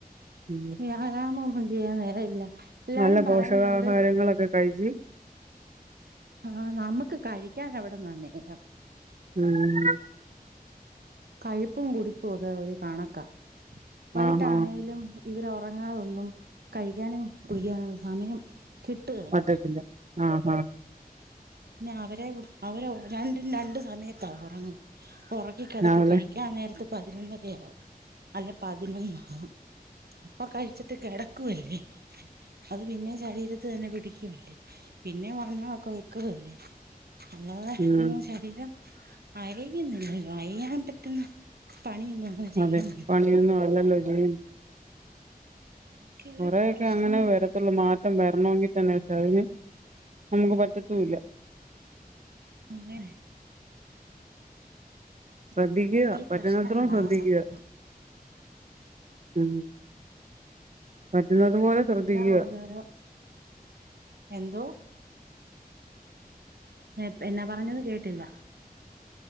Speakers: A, on the right; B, on the right.
A: ഉം
B: വ്യായാമം ഒന്നും ചെയ്യാൻ നേരൽയ. എല്ലാരും
A: നല്ല
B: പറയുന്നുണ്ട്...
A: പോഷകാഹാരങ്ങളൊക്കെ കഴിച്ച്
B: ആഹ് നമക്ക് കഴിക്കാനെവിടന്ന നേരം
A: ഉം
B: കഴിപ്പും കുടിപ്പും ഒക്കെ ഒരു കണക്ക വൈട്ടാണേലും
A: ആഹ് ആഹ്
B: ഇവരൊറങ്ങാതൊന്നും കഴിക്കാനും കുടിക്കാനും സമയം കിട്ടുകേല
A: പറ്റത്തില്ല ആഹ്ആഹ്
B: പിന്നെ അവരെ അവരെ രണ്ടും രണ്ട് സമയത്താ ഒറങ്ങും ഒറക്കി കെടത്തി
A: രാവിലെ
B: കഴി ഞാൻ നേരത്തെ പതിനൊന്നരയാവും അല്ലെ പതിനൊന്നാവും അപ്പൊ കഴിച്ചിട്ട് കെട ക്കുവല്ലേ അത് പിന്നെം ശരീരത്തി തന്നെ പിടിക്കുവല്ലേ പിന്നെ വണ്ണവൊക്കെ വെ ക്കുവല്ലേ അല്ലാതെ
A: ഉം
B: തൊന്നും ശരീരം അയയുന്നില്ലല്ലോ അയിയാൻ പറ്റുന്ന പണിയൊന്നും അങ്ങനെ ചെയ്യുന്നില്ല
A: അതെ പണിയൊന്നും അല്ലല്ലോ ചെയ്
B: അതൊക്കെ ഒരു
A: കൊറെയൊക്കെ
B: പ്രശ്നമാണ്
A: അങ്ങനെ വരത്തുള്ളൂ മാ വര്ണോങ്കി തന്നെ തെറിഞ്ഞ് നമുക്ക് പറ്റത്തൂല്ല
B: അങ്ങനെ
A: ശ്രദ്ധിക്ക്യാ
B: അതൊക്കെ ഒരു
A: പറ്റുന്നത്രം
B: പ്രശ്നങ്ങളാ
A: ശ്രദ്ധിക്ക്യാ
B: സത്യം
A: ഉം പറ്റുന്നത് പോലെ ശ്രദ്ധിക്കുക
B: എല്ലാ ഓരോരോ എന്തോ? നേ എന്നാ പറഞ്ഞത് കേട്ടില്ല